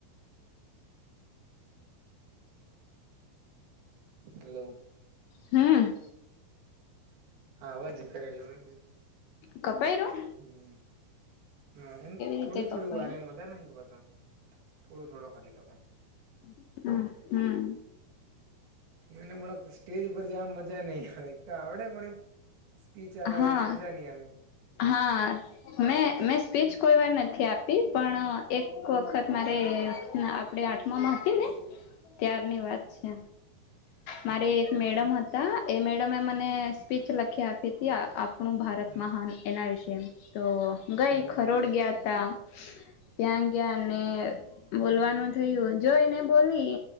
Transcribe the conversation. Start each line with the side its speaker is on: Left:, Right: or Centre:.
Right: . હલો.
Left: હમ્મ
Right: હા વાજ કરેલ મેં
Left: કપાય ર
Right: હમ હ એમ
Left: રીતે
Right: થોડીક
Left: કપાય
Right: થોડીક વાર એમ બધા ન બધ થોડો થોડો ખાલી કા ભાઈજ
Left: હમ હમ
Right: એને પણ સ્ટેજ પર જવા મજા નઈ હવે એક તો આવડે પણ એમ સ્પી ચાલ
Left: હા
Right: એ મજા નઈ આવે એમ
Left: હા મેં મેં સ્પીચ કોઈ વાર નથી આપી પણ એક વખત મારે આપણે આઠમામાં હતી ને
Right: હ
Left: ત્યારની વાત છે
Right: હમ
Left: મારે એક મેડમ હતી. હતા એ મેડમે મને સ્પીચ લખી આપી હતી આપણું ભારત
Right: હમ
Left: મહાન એના વિશે તો ગઈ
Right: હમ
Left: ખરોડ ગયા તા ત્યાં ગયા ને બોલવાનું થયું જોઈ ને બોલી.